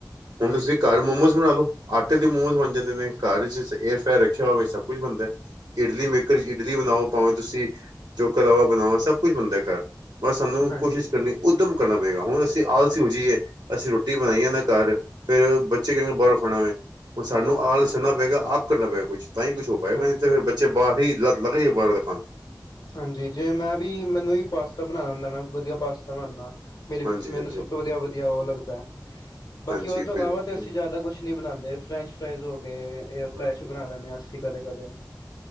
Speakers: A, on the right (about 70°); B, on the left (about 65°).
A: ਹੁਣ
B: ਹਾਂਜੀ
A: ਤੁਸੀਂ ਘਰ ਮੋਮੋਸ ਬਣਾਲੋ। ਆਟੇ ਦੇ ਮੋਮੋਸ ਬਣ ਜਾਂਦੇ ਨੇ ਘਰ ਏਅਰ ਫਿਰ ਰੱਖਿਆ ਹੋਵੇ ਸਭ ਕੁਛ ਬਣਦਾ। ਇਡਲੀ ਮੇਕਰ 'ਚ ਇਡਲੀ ਬਣਾਓ ਭਾਵੇਂ ਤੁਸੀ ਚੋਕ ਲਾਵਾ ਬਣਾਓ ਸਭ ਕੁਛ ਬਣਦਾ ਘਰ। ਬਸ ਸਾਨੂੰ
B: ਹਾਂਜੀ
A: ਕੋਸ਼ਿਸ਼ ਕਰਨੀ। ਉੱਦਮ ਕਰਨਾ ਪਏਗਾ ਹੁਣ ਅਸੀਂ ਆਲਸੀ ਹੋ ਜੀਏ ਅਸੀਂ ਰੋਟੀ ਬਣਾਈਏ ਨਾ ਘਰ। ਫਿਰ ਬੱਚੇ ਕਹਿੰਦੇ ਬਾਹਰੋਂ ਖਾਣਾ ਵੇ। ਹੁਣ ਸਾਨੂੰ ਆਲਸ ਛੱਡਣਾ ਪਏਗਾ ਆਪ ਕਰਨਾ ਪਏਗਾ ਕੁਛ ਤਾਂ ਹੀ ਕੁਛ ਹੋ ਪਾਏਗਾ
B: ਹਾਂਜੀ
A: ਹੀ ਲੱਤ ਲੱਗ ਜਾ ਬਾਹਰ ਦੇ ਖਾਣ।
B: ਹਾਂਜੀ ਜੇ ਮੈਂ ਵੀ ਮੈਨੂੰ ਵੀ ਪਾਸਤਾ ਬਣਾ ਆਦਾ। ਮੈਂ ਵਧੀਆ ਪਾਸਤਾ ਬਣਾਨਾ। ਮੇਰੀ
A: ਹਾਂਜੀ
B: ਮੈਨੂੰ
A: ਹਾਂਜੀ
B: ਸਭ ਤੋਂ ਵਧੀਆ-ਵਧੀਆ ਉਹ ਲੱਗਦਾ ਆ। ਬਾਕੀ
A: ਹਾਂਜੀ
B: ਉਹ ਤੋਂ
A: ਬਿਲਕੁਲ
B: ਇਲਾਵਾ ਤਾਂ ਅਸੀ ਜ਼ਿਆਦਾ ਕੁਛ ਨੀ ਬਣਾਦੇ। ਫਰੈਂਚ ਫਰਾਈਜ਼ ਹੋ ਗਏ
A: ਹੂੰ
B: ਫਰੈਚ
A: ਹੂੰ
B: ਬਣਾ ਲੈਣੇ ਆ ਅਸੀ। ਕਦੇ-ਕਦੇ।